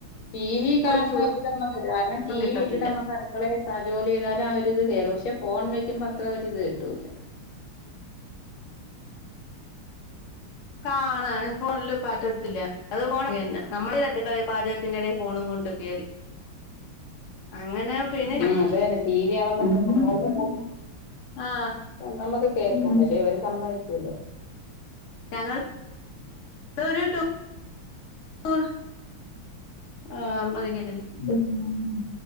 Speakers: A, on the left; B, on the left.
A: ടീവി കാൺണൊരിത്
B: ഒരു സുഖം
A: നമ്മക്കൂല്ല കാരണം ടീവി
B: കിട്ടത്തില്ല
A: ഇട്ടിട്ട് നമ്മക്ക് അടുക്കളെ ആഹ് ജോലി ചെയ്താലാ ആ ഒര് ഇത് കേക്കാ പക്ഷെ ഫോൺ വെക്കുമ്പോ അത്ര ഒരിത് കിട്ടൂലാ
B: കാണാന് ഫോൺല്ല് പറ്റത്തില്ല അത് <unintelligible> നമ്മള് <unintelligible> പാചകത്തിന്റെടേ ഫോണും കൊണ്ട് കേറി അങ്ങനെ പിന്നെ
A: ഉം
B: ഞ
A: അതെന്നെ ടീവി ആവുമ്പോ നമ്മക്ക്
B: ആഹ്
A: <inaudible> നമ്മക്ക് കേക്കാം പക്ഷെ ഇവര് സമ്മതിക്കൂല.
B: ഞങ്ങൾ ഒരു ടൂ <unintelligible> ആഹ് <unintelligible>
A: ഉം